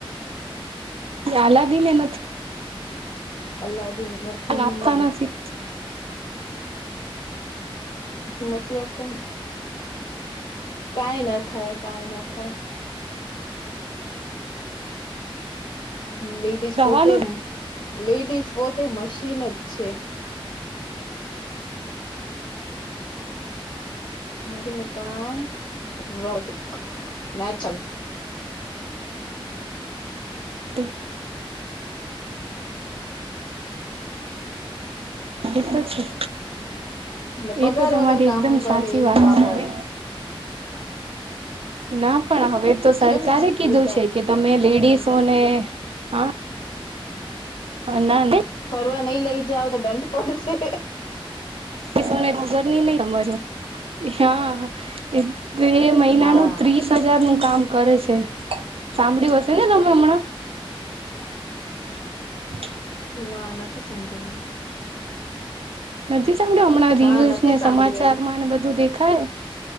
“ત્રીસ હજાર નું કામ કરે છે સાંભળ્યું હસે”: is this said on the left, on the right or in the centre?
Right